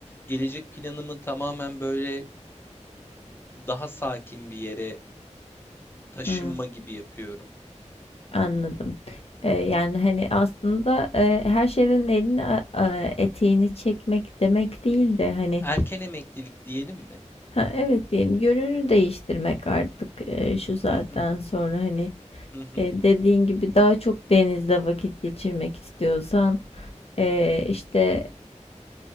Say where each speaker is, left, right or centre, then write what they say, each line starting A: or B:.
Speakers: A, on the left (about 20°); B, on the left (about 55°).
A: gelecek planımı tamamen böyle daha sakin bir yere taşınma
B: Hı, hı.
A: gibi yapıyorum.
B: Anladım. Eee, yani, hani, aslında, eee, her şeyden elini, a aaa, eteğini çekmek demek değil de, hani,
A: Erken emeklilik diyelim mi?
B: ha, evet, diyelim yönünü değiştirmek artık, eee, şu saatten
A: Hı hı
B: sonra, hani,
A: hı hı.
B: eee, dediğin gibi daha çok denizde vakit geçirmek istiyorsan, eee, işte